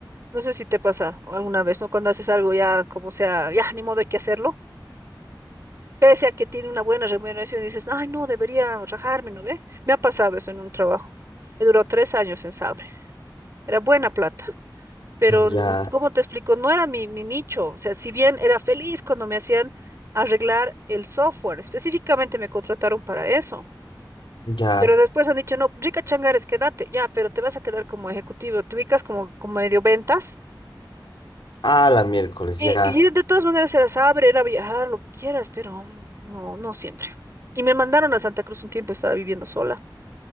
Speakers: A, on the right; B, on the left.
A: No sé si te pasa alguna vez, ¿no? Cuando haces algo ya, como sea, ya, ni modo hay que hacerlo, pese a que tiene una buena remuneración, dices, ay, no, debería rajarme, ¿no ve? Me ha pasado eso en un trabajo. He durado tres años en Sabre. Era buena plata, pero,
B: ya.
A: n- ¿cómo te explico? No era mi, mi nicho. O sea, si bien era feliz cuando me hacían arreglar el software, específicamente me contrataron para eso.
B: Ya.
A: Pero después han dicho, no, rica changares, quédate, ya, pero te vas a quedar como ejecutivo, te ubicas como, como medio ventas
B: Ah, la miércoles,
A: Y,
B: ya.
A: y de todas maneras se las abre, era viajar, lo que quieras, pero mm, no, no siempre. Y me mandaron a Santa Cruz un tiempo, estaba viviendo sola,